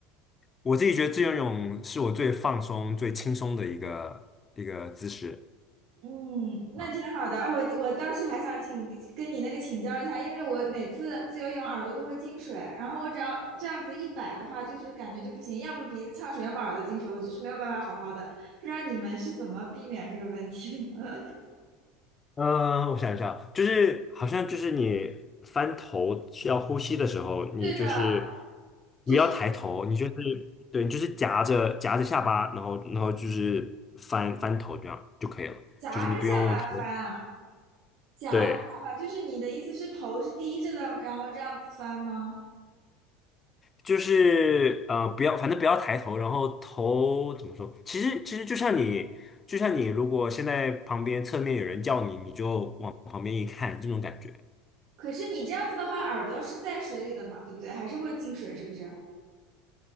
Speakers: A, on the left; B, on the right.
A: 我自己觉得自由泳是我最放松、最轻松的一个一个姿势。
B: 嗯，那挺好的。
A: 啊。
B: 我我当时还想请跟你那个请教一下，因为我每次自由泳耳朵都会进水，然后我只要这样子一摆的话，就是感觉就不行，要么鼻子呛水，要么耳朵进水，我就是没有办法好好的。不知道你们是怎么避免这个问题的？<laughs> 呃
A: 嗯，我想一下，就是好像就是你翻头需要呼吸的时候，你就是
B: 对的，就是
A: 不要抬头，你就是对，你就是夹着夹着下巴，然后然后就是翻翻头这样就可以了，
B: 夹着下巴翻啊，
A: 就是你不用头，
B: 夹着下巴，
A: 对，
B: 就是你的意思是头是低着的，然后这样子翻吗？
A: 就是呃不要，反正不要抬头，然后头怎么说？其实其实就像你就像你如果现在旁边侧面有人叫你，你就往旁边一看，这种感觉。
B: 可是你这样子的话，耳朵是在水里的嘛，对不对？还是会进水，是不是？